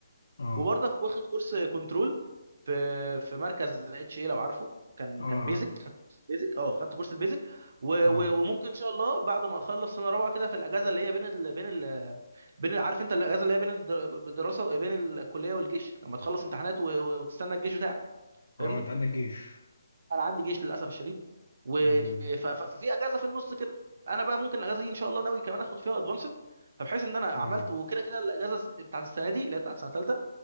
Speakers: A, on the left (about 75°); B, on the right (about 50°).
A: اه
B: وبرضك واخد كورس كنترول في في مركز اتش اي لو عارفه كان
A: اه
B: كان
A: عارف
B: بيزك خدت كورس البيزك اه خدت كورس البيزك و-
A: اه
B: و- وممكن ان شاء الله بعد ما اخلص سنه رابعه كده في الاجازه اللي هي بين ال بين ال بين ال- عارف انت الاجازه اللي هي بين الدر- الدراسه بين الكليه والجيش لما تخلص امتحانات و- و- وتستنى الجيش بتاعك
A: اه
B: فاهمني
A: انت عندك جيش
B: انا عندي جيش للاسف الشديد و...
A: امم
B: ف... ف... ففي اجازه في النص كده انا بقى ممكن الاجازه دي ان شاء الله ناوي كمان اخد فيها ادفانسد فبحيث ان انا عملت
A: اه
B: وكده كده الاجازه بتاعت السنه دي اللي هي بتاعت سنه ثالثه